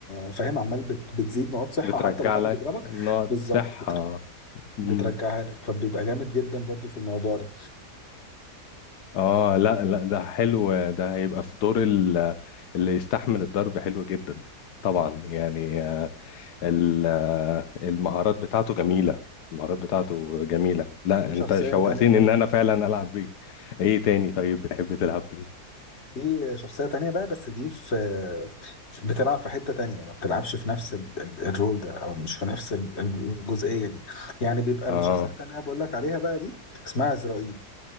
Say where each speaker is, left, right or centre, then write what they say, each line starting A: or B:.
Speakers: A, on the left; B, on the left.
A: فاهم عمال بت- بتزيد نقاط صحة
B: بترجع
A: حتى لو حد
B: لك
A: بيضربك
B: نقط
A: بالظبط
B: صحه
A: بتر-
B: مم.
A: بترجعها لك فبيبقى جامد جدا برضو في الموضوع ده
B: اه لا لا ده حلو ده هيبقى في دور ال- اللي يستحمل الضرب حلو جدا طبعا يعني ال- المهارات بتاعته جميلة المهارات بتاعته جميلة لا
A: في شخصية
B: انت شوقتني
A: تانية برضو
B: ان انا فعلا العب بيه ايه تاني طيب بتحب تلعب بيه
A: في شخصية تانية بقى بس دي في في- بتلعب في حتة تانية ما بتلعبش في نفس ال- ال- الرول ده أو مش في نفس ال- الجزئية دي يعني بيبقى
B: اه
A: الشخصية التانية بقول لك عليها بقى دي اسمها عزرائيل